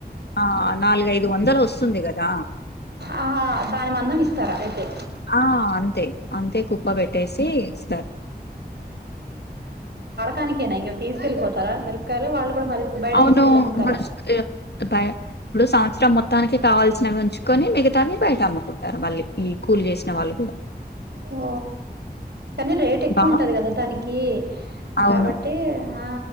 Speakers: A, on the left; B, on the right.
A: ఆ నాలుగైదు వందలు వస్తుంది కదా
B: ఆహా దాని మందం ఇస్తారా అయితే
A: ఆ అంతే అంతే కుప్ప పెట్టేసి ఇస్తారు
B: కానికేనా ఇంగ తీకెళిపోతార మిరపకాయలు వాళ్ళు కూడా మళ్ళీ బయట
A: అవును
B: తీసుకెళ్ళి అమ్ముతారా
A: ముడు సం బా పాయ ఇబుడు సం మొత్తానికి కావాల్సినవి ఉంచుకొని మిగతావి బయట అమ్ముకుంటారు మళ్ళీ ఈ కూలి చేసిన వాళ్ళు కూడ
B: ఓ కానీ రేట్ ఎక్కువ
A: బా
B: ఉంటది కదా దానికి
A: అవును
B: కాబట్టి ఆ